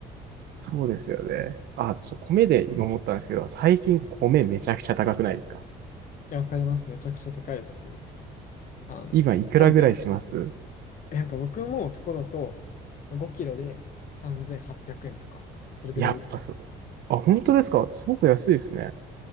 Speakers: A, on the right; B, on the left.
A: そうですよね。あ、そう、米で今思ったんですけど、最近米めちゃくちゃ高くないですか
B: いや、わかります。めちゃくちゃ高いですよね。あの、
A: 今いくらぐらいします
B: なんで、なんか僕のとこだとまあ5キロで3800円とか、それぐらいし
A: やっぱそう。あ、本当ですかすごく安いですね。
B: ます。